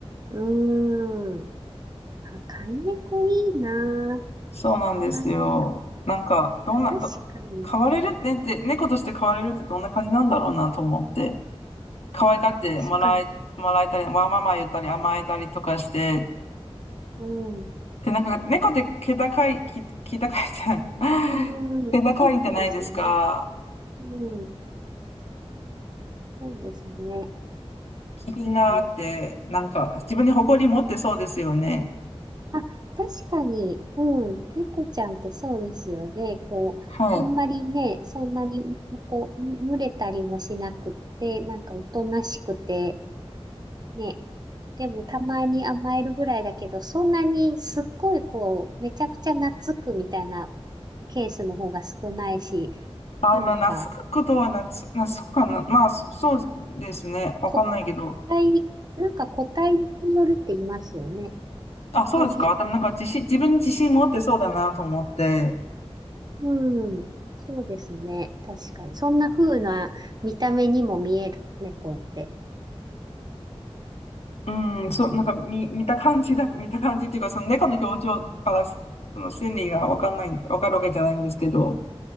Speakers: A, on the right; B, on the left.
A: うーん。あ、飼い猫いいな
B: そうなんですよ。
A: ー。なんか
B: なんか、どんな、
A: 確かに。
B: ど、飼われるねって、猫として飼われるってどんな感じなんだろうなと思って、可愛がってもらえ、
A: あ、確かに。
B: もらえたり、わーまま言ったり甘えたりとかして、
A: うん。
B: で、なんか、猫って気高い、気、気高いじゃない、
A: うん、
B: <laughs>
A: うん、
B: 気高いじゃないですか。
A: そうですね。うん、そうですね。
B: 気品があって、
A: うん、
B: なんか、自分に誇り持ってそうですよね。
A: あ、確かに、うん、猫ちゃんってそうですよね。こう、
B: はい。
A: あんまりね、そんなに、こう、む群れたりもしなくって、なんかおとなしくて、ね。でもたまに甘えるぐらいだけど、そんなにすっごいこう、めちゃくちゃ懐くみたいなケースの方が少ないし、
B: あ、
A: なんか、
B: まあ、懐くことは懐、懐くかな。まあ、そそうですね。わかんないけど。
A: こ、こ個体、なんか個体によるって言いますよね。
B: あ、
A: あんまり、
B: そうですか。でもなんか自信、自分に自信持ってそうだなと思って。
A: うん、そうですね。確かに。そんな風な見た目にも見える、猫って。
B: うん、そう、
A: うん、
B: なんか見、見た感じだと、見た感じっていうか、その猫の表情からし、その心理がわかんない、わかるわけじゃないんですけど、